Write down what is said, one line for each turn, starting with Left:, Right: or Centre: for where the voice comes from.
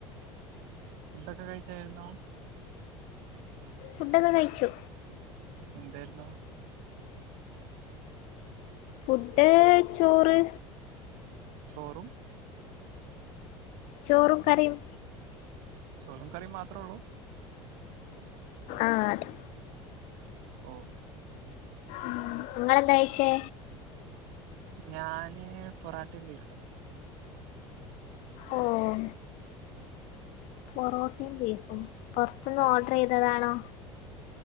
Right: ഫുഡ്ഡക്കെ കഴിച്ചായിരുന്നോ
Left: ഫുഡ്ഡക്കെ കയിച്ചു.
Right: എന്തേര്ന്നു
Left: ഫുഡ്ഡ് ചോറ്
Right: ചോറും
Left: ചോറും കറിയും
Right: ചോറും കറി മാത്രം ഉള്ളു.
Left: ആതെ
Right: ഓ
Left: മ് ഇങ്ങെളെന്താ കഴിച്ചേ
Right: ഞാന് പൊറാട്ടിംബീഫ്
Left: ഒ ഓ പൊറോട്ടിം ബീഫും പൊറത്ത്ന്ന്
Right: അതെ
Left: ഓഡ്രയ്തതാണോ